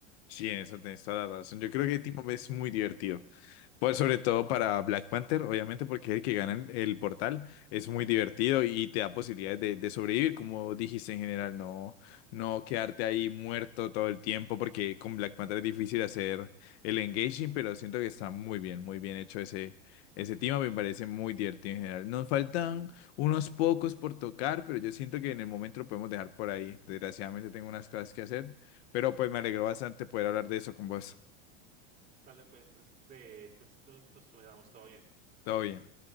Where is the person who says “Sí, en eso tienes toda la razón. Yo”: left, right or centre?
Left